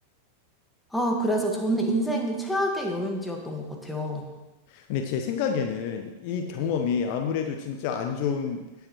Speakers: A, in the centre; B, on the left.
A: 아, 그래서 저는 인생 최악의 여행지였던 것 같아요.
B: 근데 제 생각에는 이 경험이 아무래도 진짜 안 좋은